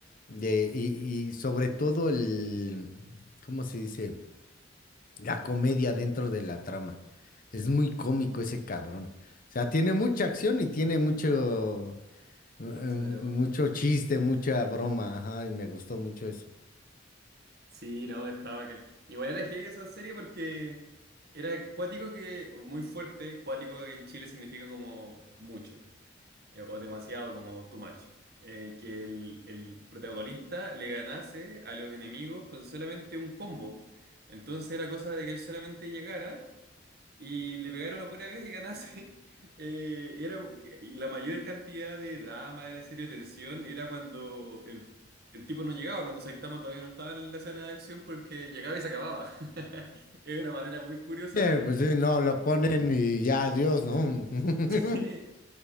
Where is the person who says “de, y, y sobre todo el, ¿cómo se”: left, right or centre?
Left